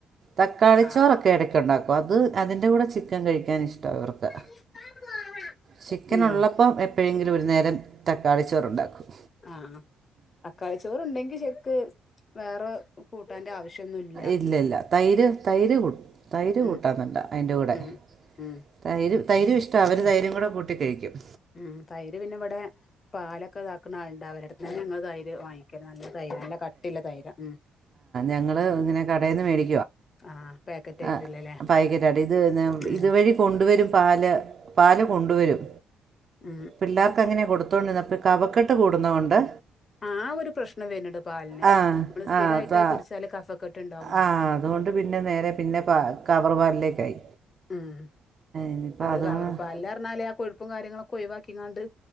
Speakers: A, on the right (about 45°); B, on the left (about 35°).
A: തക്കാളി
B: ആ
A: ചോറൊ ക്കെ ഇടക്കൊണ്ടാക്കും അത് അതിൻ്റെ കൂടെ ചിക്കൻ കഴിക്കാൻ ഇഷ്ടവാ ഇവർക്ക്
B: <unintelligible>
A: ചിക്കനൊള്ളപ്പം
B: ഉം
A: എപ്പഴെങ്കിലും ഒരു നേരം തക്കാളി ചോറുണ്ടാക്കും
B: ആഹ് തക്കാളിച്ചോറുണ്ടെങ്കി ശരിക്ക് വേറെ കൂട്ടാന്റെ ആവശ്യോന്നുവില്ല
A: ഇല്ലില്ല തൈര് തൈര് കൂ തൈര് കൂട്ടാമെന്നുണ്ട്
B: ഉം
A: അതിൻ്റെ കൂടെ
B: ഉം ഉം
A: തൈര് തൈര് ഇഷ്ടവാ അവര് തൈരും കൂടെ കൂട്ടി കഴിക്കും
B: ഉം തൈര് പിന്നെ ഇവിടെ പാലൊക്കെ ഇതാക്കുന്ന ആളുണ്ട് അവര്ടെത്തു നിന്ന് ഞങ്ങള് തൈര് വാങ്ങി ക്കാണേ നല്ല തൈരാണ് നല്ല കട്ടിയിള്ള തൈരാ ഉം
A: ഞങ്ങള് ഇങ്ങനെ കടേന്ന് മേടി
B: ആഹ് പാക്കറ്റ് ആയിട്ടുള്ളല്ലേ
A: ആഹ് പായ്ക്കറ്റായിട്ട് ഇത്
B: ഉം
A: ഇത് വഴി കൊണ്ട് വരും പാല് പാല് കൊണ്ട് വരും
B: ഉം
A: പിള്ളേർക്കങ്ങനെയാ കൊടുത്തോണ്ടിരുന്നെ കവക്കെട്ട് കൂടുന്നോണ്ട്
B: ആ ഒരു പ്രശ്നം വരുന്നുണ്ട് പാലിന്
A: ആഹ്
B: നമ്മള് സ്ഥിരായിട്ട്
A: ആഹ് താ
B: കുടിച്ചാല് കഫക്കെട്ട് ഉണ്ടാവുന്നാണ്
A: ആഹ് അതുകൊണ്ട് പിന്നെ നേരെ പിന്നെ പ കവറ് പാലിലേക്കായി
B: ഉം
A: ഇനിയിപ്പം
B: അത്
A: അതും
B: കവർപ്പാലിലറിഞ്ഞാലേ ആ കൊഴുപ്പും കാര്യങ്ങളൊക്കെ ഒഴിവാക്കിങ്ങാണ്ട്